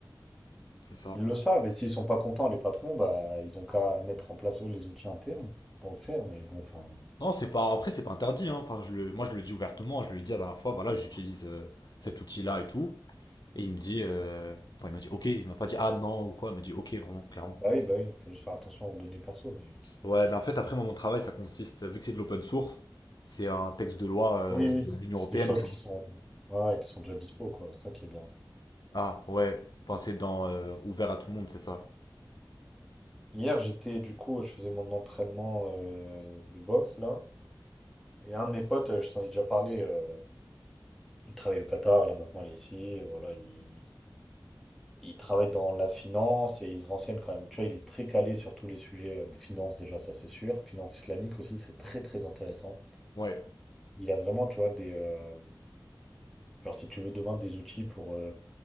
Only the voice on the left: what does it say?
C'est ça.
Non, c'est pas. Après, c'est pas interdit. hein. Enfin, je le, moi, je le dis ouvertement. Je lui ai dit la dernière fois, voilà, j'utilise euh, cet outil-là et tout. Et il me dit, euh, enfin, il m'a dit, ok. Il m'a pas dit, ah non ou quoi. Il m'a dit, ok, vraiment, clairement.
Ouais, mais en fait, après, moi, mon travail, ça consiste, vu que c'est de l'open source, c'est un texte de loi euh,
de l'Union
européenne.
tu
vois.
Ah ouais. Enfin, c'est dans euh, ouvert à tout le monde, c'est ça.
Ouais.